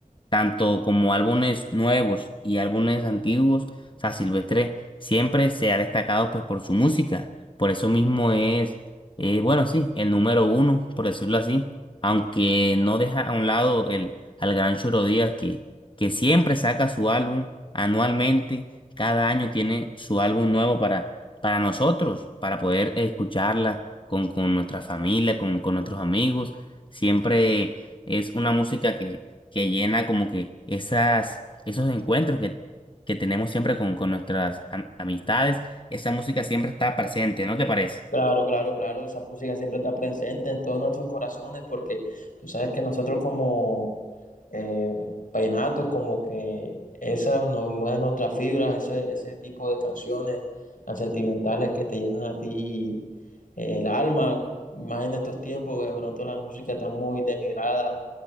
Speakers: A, on the left; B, on the left.
A: tanto como álbumes nuevos y álbumes antiguos, o sea, Silvestre siempre se ha destacado pues por su música, por eso mismo es, eh, bueno, sí, el número uno, por decirlo así, aunque no deja a un lado el, al gran Choro Díaz que, que siempre saca su álbum anualmente, cada año tiene su álbum nuevo para, para nosotros, para poder escucharla con, con nuestra familia, con, con nuestros amigos, siempre es una música que llena como que esas, esos encuentros que, que tenemos siempre con, con nuestras am- amistades. Esa música siempre está presente, ¿no te parece?
B: Claro, claro, claro, esa música siempre está presente en todos nuestros corazones porque tú sabes que nosotros como eh, vallenatos, como que esas nos mueven nuestras fibras, ese, ese tipo de canciones tan sentimentales que te llenan a ti eh, el alma, más en estos tiempos que de pronto la música está muy demigrada,